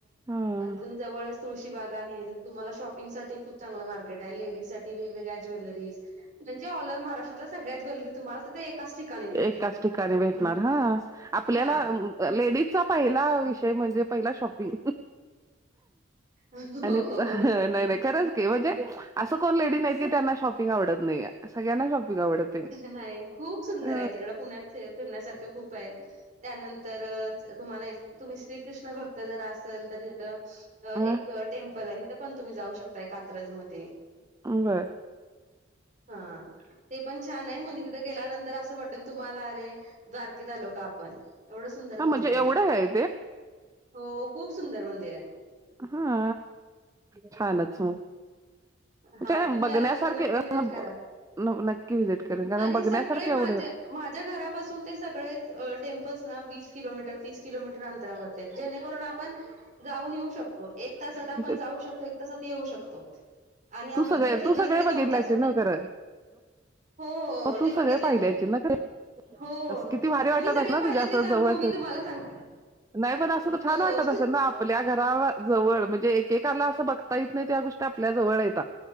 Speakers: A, on the right (about 15°); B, on the right (about 40°).
A: हां,
B: तिथून जवळच तुम्हाला तुळशीबाग आहे तुम्हाला शॉपिंग साठी पण चांगलं मार्केट आहे म्हणजे लेडीज साठी वेगवेगळ्या ज्वेलरी म्हणजेच ऑल ओव्हर महाराष्ट्रातलं सगळ्या ज्वेलरी. तुम्हाला तर ते एकाच ठिकाणी भेटत.
A: एकाच ठिकाणी का नाही भेटणार हा आपल्यांना
B: हा
A: हा लेडीजचा. पहिला विषय म्हणजे, पहिला शॉपिंग.
B: हो
A: आणि
B: हो हो.
A: नाय नाय खरंच. ते म्हणजे असं कोण लेडीज नाहीत. की ज्यांना शॉपिंग आवडत नाहीये, सगळ्यांना शॉपिंग आवडते.
B: नाही खूप सुंदर
A: अ,
B: आहे. तिकडं पुण्यात फिरण्यासारखं खूप आहे. त्यानंतर तुम्हाला एक, तुम्ही श्रीकृष्ण भक्त जर असलं तर तिथं. अ
A: हां,
B: एक टेम्पल आहे. तिथं पण तुम्ही जाऊ शकता कात्रज मध्ये.
A: बर.
B: हा ते पण छान आहे. म्हणजे तिथं गेल्यानंत तर असं वाटेल. तुम्हाला आरे द्वारकेत आलो का आपण. एवढं सुंदर
A: हां,
B: मंदिर
A: म्हणजे
B: ये
A: एवढं
B: ते,
A: आहे
B: हो खूप सुंदर मंदिरे ये ते.
A: हा छानच मग.
B: हा
A: तर
B: तुम्ही
A: बघण्यासारखं
B: आल्यानंतर नक्की
A: ये.
B: व्हिजिट करा
A: नक्की व्हिजिट करेन, कारण
B: आणि
A: बघण्यासारख
B: सगळे
A: एवढं.
B: माझे माझ्या घरापासून ते सगळेच. अ टेम्पलस ना वीस किलोमीटर तीस किलोमीटर अंतरावरती ये. जेणेकरून आपण, जाऊन येऊ शकतो. एक तासात आपण
A: म्हणजे
B: जाऊ शकतो एक तासात येऊ शकतो. तो आणि आपल्याला
A: तू सगळे
B: तिथे फिरण्यासाठी
A: तू सगळे बघितल्याचे
B: दोन तास. म्हणजे,
A: न खरं
B: हो हो
A: मग तू
B: ते बघितलेत
A: सगळे पाहिलं
B: मी
A: असशील ना खरं.
B: हो हो
A: असं किती भारी वाटत
B: मी सगळे
A: असेल, ना
B: पाहिले
A: तुझ्या अस
B: तेच अनुभव
A: जवळच
B: मी
A: ये.
B: तुम्हाला सांग
A: नाही पण असंच
B: हो
A: तर छान वाटत असेल ना. आपल्या घराजवळ म्हणजे, एकेकाला असं बघता येत नाही, त्या गोष्टी आपल्या जवळ हायता.